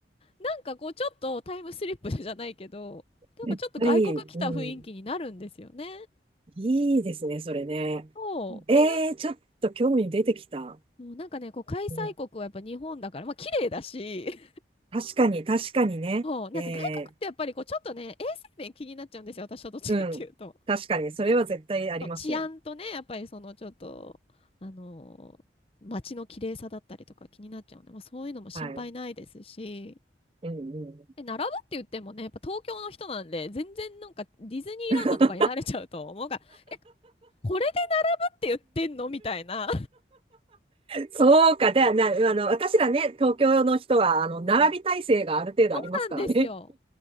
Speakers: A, on the left; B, on the right.
A: なんかこうちょっとタイムスリップじゃないけど、なんかちょっと外国来た雰囲気になるんですよね。
B: 絶対いい、うん。いいですね、それね。
A: そう。
B: ええ、
A: だけ
B: ちょっと興味出てきた。
A: ど、もうなんかね、こう開催国はやっぱ日本だから、
B: うん
A: まあ綺麗だし、
B: 確かに、確かにね。
A: そう、なんか外国ってやっぱりこうちょっとね、
B: ええ、
A: 衛生面気になっちゃうんですよ、私はどっちかっていうと。
B: うん。確かに、それは絶対ありますよ。
A: そう治安とね、やっぱりそのちょっと、あのー街の綺麗さだったりとか気になっちゃうので、まあ、そういうのも心配ないですし、
B: はい。うん
A: で、並ぶって言ってもね、やっぱ東京の人なんで、全然なんかディズニーランドとかに慣れちゃうと思うから、
B: うん <laughs>
A: え、これでって言ってんのみたいな。
B: そうか。で、な、あの、私らね、東京の人は、あの、並び体制がある程度ありますからね。
A: そうなんですよ。